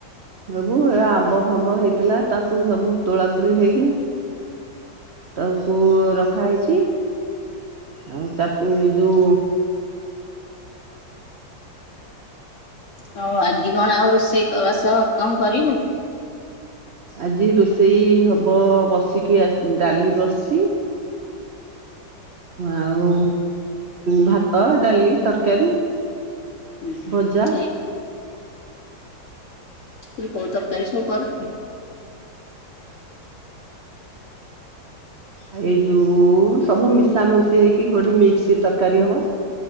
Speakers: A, on the right; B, on the left.
A: ସବୁ ଏ ଆମ୍ବ ଫାମ୍ବ ହେଇଥିଲା। ତାକୁ ସବୁ ତୋଳା ତୋଳି ହେଇକି ତାଙ୍କୁ ରଖା ହେଇଛି। ଆଉ ଚାଷ ଏ ଯଉ
B: ହଉ ଆଜି କଣ ଆଉ ରୋଷେଇବାସ କଣ କରିବୁ?
A: ଆଜି ରୋଷେଇ ହବ ବସିକି ଆ ଡାଲି ବସିଛି। ଆଉ ଭାତ, ଡାଲି, ତରକାରୀ।
B: ହୁଁ ହଁଁ
A: ଭଜା
B: ଆ <unintelligible> ମୁଁ କହିଲି କୋଉ ତରକାରୀ ସବୁ କରୁଚୁ?
A: ଏଇ ଯୋଉ ସବୁ ମିଶାମିଶି ହେଇକି ଗୋଟେ ମିକ୍ସ ତରକାରୀ ହବ।